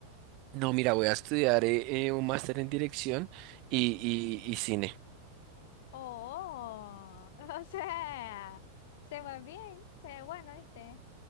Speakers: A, on the right (about 40°); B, on the left (about 50°).
A: No, mira, voy a estudiar eh, eh, un máster en dirección y,
B: Mm.
A: y y cine.
B: Oh, <laughs> o sea, se va bien, se ve bueno, ¿viste?